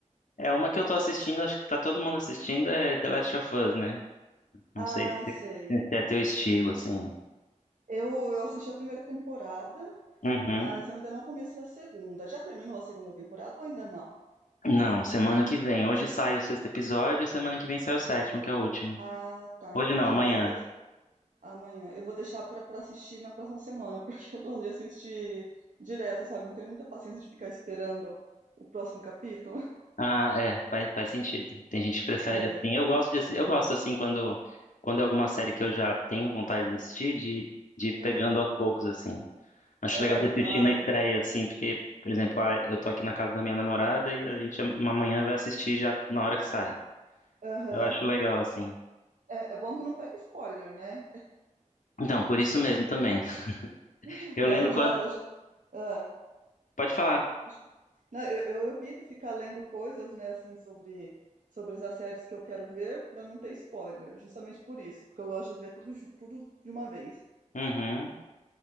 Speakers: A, on the left; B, on the right.
A: É uma que eu tô assistindo, acho que tá todo mundo assistindo, é The Last of Us, né? Não
B: Ah,
A: sei se
B: sei.
A: se é teu estilo, assim.
B: Eu, eu assisti a primeira temporada,
A: Uhum.
B: mas eu ainda não comecei a segunda. Já terminou a segunda temporada ou ainda não?
A: Não, semana que vem. Hoje sai o sexto episódio e semana que vem sai o sétimo, que é o último.
B: Ah, tá,
A: Hoje
B: entendi.
A: não, amanhã.
B: Então eu vou de- amanhã. Eu vou deixar pra pra assistir na próxima semana, <laughs> porque eu gosto de assistir direto, sabe? Não tenho muita paciência de ficar esperando o próximo capítulo.
A: Ah, é, faz, faz sentido. Tem gente que prefere
B: É,
A: assim. Eu gosto de, assi- eu gosto assim quando, quando é alguma série que eu já tenho vontade de assistir, de, de ir
B: hum,
A: pegando aos poucos, assim. Acho
B: é,
A: legal de assistir
B: ah,
A: na estreia, assim, porque, por exemplo, ah, eu tô aqui na casa da minha namorada e a gente am- amanhã vai assistir já na hora que sai.
B: aham.
A: Eu acho legal, assim.
B: É, é bom que não pega spoiler, né?
A: Então, por isso mesmo também. <laughs>
B: <laughs>
A: Eu
B: Não,
A: lembro
B: eu
A: quando.
B: já, eu já- ah,
A: Pode falar.
B: poxa. não, eu, eu evito ficar lendo coisas, né, assim, sobre, sobre essas séries que eu quero ver pra não ter spoiler, justamente por isso, porque eu gosto de ver tudo, ju- tudo de uma vez.
A: Uhum.